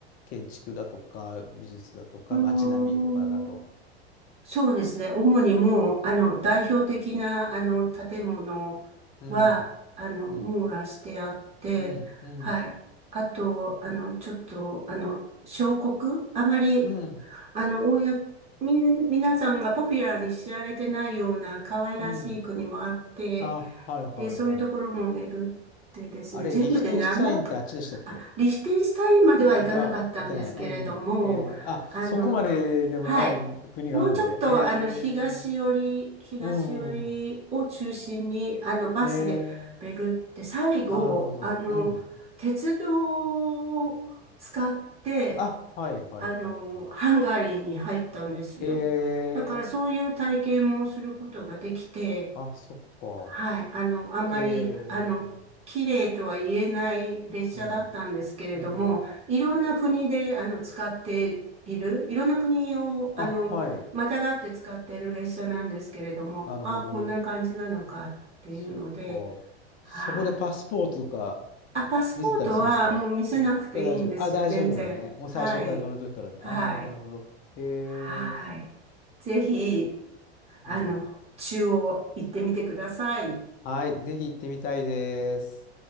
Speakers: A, on the left (about 25°); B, on the right (about 20°).
A: 建築だとか、美術だとか、
B: うーん、
A: 街並みとかだと。
B: そうですね。主にもう、
A: うん、
B: あの、代表的な、あの、建物は、
A: うん、
B: あの、
A: うん、
B: 網羅してあって、
A: うん、うん、
B: はい。あと、あの、ちょっと、あの、小国あまり、
A: うん、
B: あの、公みん、皆さんがポピュラーに知られてないような可愛らしい国もあって、
A: うん。あ、はいはいはい。
B: で、そういうところも巡ってですね、
A: あれ、
B: 全部で7か、
A: リヒテンシュタインってあっちでしたっけ
B: あ、リヒテンシュタインまでは行かなかったんですけれども、
A: 財布はいてない。うん、うん。えー、あ、
B: あの、
A: そこまででもない国があるので。
B: はい。もうちょっと、
A: へ
B: あの、東寄り、
A: え。
B: 東寄りを中心に、
A: うん、うん。
B: あの、バスで巡って、
A: へえ。
B: 最後、
A: なるほど。
B: あの、
A: うん。
B: 鉄道を使って、
A: あ、はいはいはいはい。
B: あの、ハンガリーに入ったんですよ。
A: えー、
B: だから、そういう体験もすることができて、
A: あ、そっか。
B: はい。あの、あんまり、
A: えー、
B: あの、綺麗とは言えない列車だったんですけれども、
A: うん。うん。
B: いろんな国で、あの、使っている、いろんな国を、
A: あ、
B: あの、
A: はい。
B: またがって使ってる列車なんですけれども、
A: なるほど。
B: あ、こんな感じなのかっていうので、
A: そっか。
B: はい。
A: そこでパスポートとか
B: あ、パスポートはもう見せなくていいんですよ、
A: 見せたりするんですかうん。それ大丈夫。あ、大丈夫なのね。
B: 全然。
A: もう最初から乗るときからね。
B: はい。はい。
A: あ、なるほど、なるほど。へえ。
B: はい。ぜひ、あの、
A: うん。
B: 中央行ってみてください。
A: はい、ぜひ行ってみたいです。